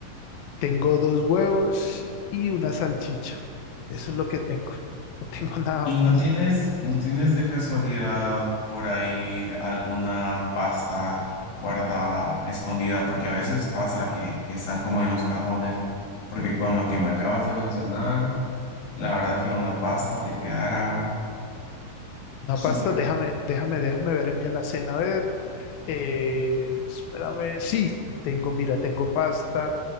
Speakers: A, on the left (about 80°); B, on the left (about 70°).
A: tengo dos huevos y una salchicha. Eso es lo que tengo. No tengo <laughs> nada
B: ¿Y
A: más.
B: no tienes, no tienes de casualidad por ahí alguna pasta guardada, escondida? Porque a veces pasa que, que están como en los cajones. Porque con lo que me acabas de mencionar, la verdad que una pasta te quedará
A: Una
B: súper.
A: pasta, déjame, déjame, déjame ver en mi alacena. A ver, eh, espérame. Sí, tengo, mira, tengo pasta.